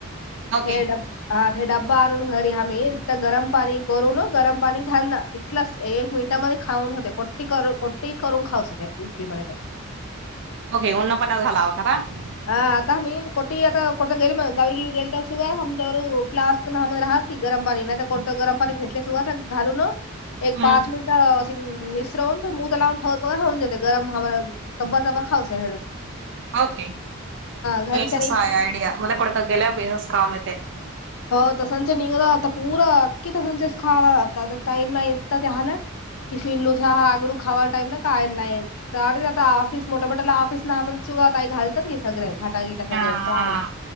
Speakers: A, on the right; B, on the left.
A: ओके
B: हे ड. <unintelligible> हा ते डब्बा आणून घरी ह म् रिक्त गरम पाणी करून गरम पाणी घालण. <unintelligible> क एक मिनिटामध्ये खाऊन होते कोटी कर कोट्टी करून खाऊच ते युपी मध्ये. <unintelligible>
A: ओके उन्नपणा झालावा का. <unintelligible>
B: हा आता मी कोटी आता कोठता गेल मग गावी गिवी गेल तरमच्यावर फ्स्क न राहात. <unintelligible> गरम पाणी नाही कोत गरम पाणी भेटले घालून
A: हम्म
B: एक पाच मिनिट. <unintelligible> मिश्र हो मू त लावून ठवत वगराऊन जेते गरम ह तब्बर तब खऊश हेळडून. <unintelligible>
A: ओके
B: घरीच्यानी
A: बेससय आयडिया मला कडत गेल्या बेसस काम येते. <unintelligible>
B: हो तसच निघलं आता पुूरा अकी तसचच खायला लागत टाइम नाही य त्या हला. <unintelligible> टिफिन लोथे हहा आगड खावा टाम ना काय ना नाहीन. <unintelligible> तर आता ऑफिस मोठा मोठ्याला ऑफिस ना सुगा काही घलात की सगळे्या घागिट. <unintelligible> सगळ
A: हा
B: चाय
A: हा